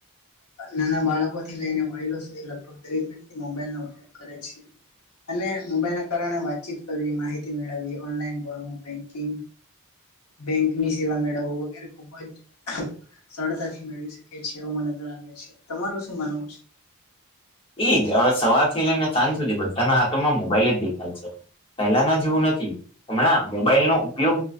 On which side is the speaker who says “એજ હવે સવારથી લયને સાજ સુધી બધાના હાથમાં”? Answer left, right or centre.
Left